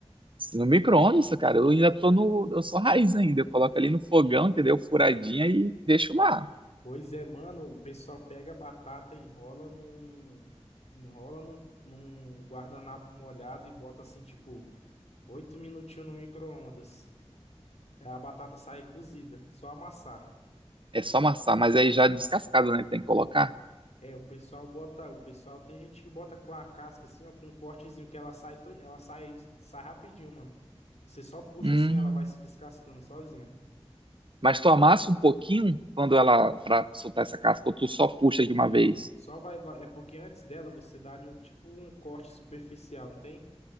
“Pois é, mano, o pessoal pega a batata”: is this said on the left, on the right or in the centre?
Left